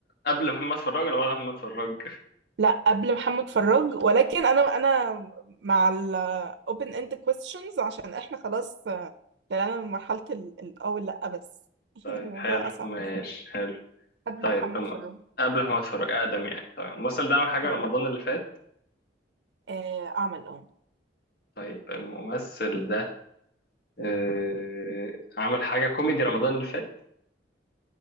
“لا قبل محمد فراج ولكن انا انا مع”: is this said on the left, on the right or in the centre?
Right